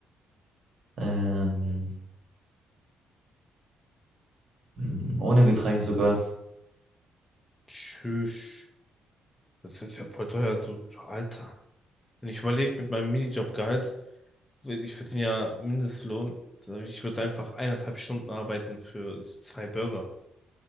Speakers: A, on the right; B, on the left.
A: Ähm, Mm, Ohne Getränk sogar.
B: Tschüss. Das wird ja voll teuer, du Alter. Wenn ich überlege mit meinem Minijobgehalt, ich verdiene ja Mindestlohn, ich würde einfach eineinhalb Stunden arbeiten für so zwei Burger.